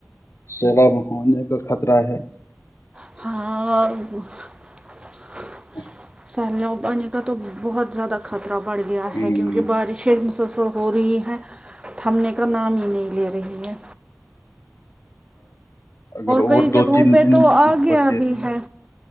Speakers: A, on the left; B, on the right.
A: سیلاب ہونے کا خطرہ ہے
B: ہؤ
A: <inaudible>
B: پھیللا پے کا تو بہت زیادہ خطرہ بڑھ گیا
A: ہم،
B: ہے کیونکہ شیر مسلسل ہو رہی ہے تھمنے کا نام ہی نہیں لے رہی ہے
A: اگر اور
B: کئی جگہوں
A: دو تین
B: پہ
A: دن
B: تو آ
A: اوپر
B: گیا
A: دے
B: بھی
A: رہی ہیں
B: ہے